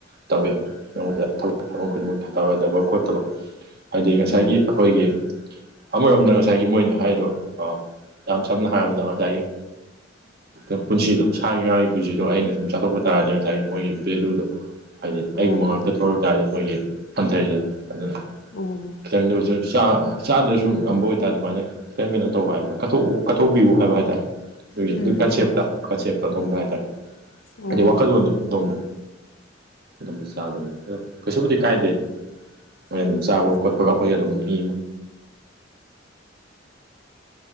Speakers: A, on the right; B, on the left.
A: ꯇꯧꯋꯤ ꯑꯩꯉꯣꯟꯗ ꯊꯕꯛ ꯊꯧꯔꯝ ꯈꯨꯗꯤꯡꯃꯛ ꯊꯥꯗꯥꯎ ꯌꯥꯗꯕ ꯈꯣꯠꯇꯕ ꯍꯥꯏꯗꯤ ꯉꯁꯥꯏꯒꯤ
B: ꯎꯝ
A: ꯑꯩꯈꯣꯏꯒꯤ ꯑꯃꯔꯣꯝꯗ ꯉꯁꯥꯏꯒꯤ ꯃꯣꯏꯅ ꯍꯥꯏꯗꯣ ꯑ ꯌꯥꯝ ꯁꯝꯅ ꯍꯥꯏꯔꯕꯗ ꯉꯁꯥꯏꯒꯤ ꯎ ꯄꯨꯟꯁꯤꯗꯣ ꯁꯥꯒꯤ ꯉꯥꯒꯤ ꯄꯨꯟꯁꯤꯗꯣ ꯑꯩꯅ ꯁꯨꯝ ꯆꯥꯊꯣꯛꯄ ꯇꯥꯔꯗꯤ ꯉꯁꯥꯏꯒꯤ ꯃꯣꯏꯒꯤ ꯚꯦꯂꯨꯗꯣ ꯍꯥꯏꯗꯤ ꯑꯩꯒꯨꯝꯕ
B: ꯑꯣ
A: ꯉꯥꯛꯇ ꯊꯣꯛꯂꯛ ꯇꯥꯔꯗꯤ ꯃꯣꯏꯒꯤ ꯍꯟꯊꯩꯗꯅ ꯑꯗꯨꯅ
B: ꯑꯣ
A: ꯈꯤꯇꯪꯗ ꯆꯥ ꯆꯥꯗ꯭ꯔꯁꯨ ꯉꯝꯕ ꯑꯣꯏꯇꯥꯔꯗꯤ ꯑꯗꯨꯃꯥꯏꯅ ꯈꯤꯇꯪ ꯀꯩꯅꯣ ꯇꯧ ꯍꯥꯏꯕ ꯀꯠꯊꯣꯛꯎ ꯀꯠꯊꯣꯛꯄꯤꯌꯨ ꯍꯥꯏꯕ ꯍꯥꯏꯇꯥꯔꯦ ꯑꯗꯨꯒꯤ
B: ꯎꯝ
A: ꯑꯗꯨꯒꯤ ꯀꯟꯁꯦꯞꯇ
B: ꯎꯝ
A: ꯀꯟꯁꯦꯞꯇꯣ ꯑꯗꯣꯝꯗ ꯍꯥꯏꯇꯥꯔꯦ
B: ꯎꯝ
A: ꯍꯥꯏꯗꯤ
B: ꯑꯣ
A: ꯋꯥꯈꯜꯂꯣꯟꯗꯣ ꯑꯗꯣꯝꯗ ꯑꯗꯨꯝꯕ ꯆꯥꯗꯕꯅꯤ ꯑꯗ ꯀꯩꯁꯨꯕꯨꯗꯤ ꯀꯥꯏꯗꯦ ꯃꯣꯏꯅ
B: ꯎꯝ
A: ꯑꯗꯨꯝ ꯆꯥꯕꯒ ꯈꯣꯠꯄꯒ ꯑꯩꯈꯣꯏꯒ ꯑꯗꯨꯝ ꯃꯤ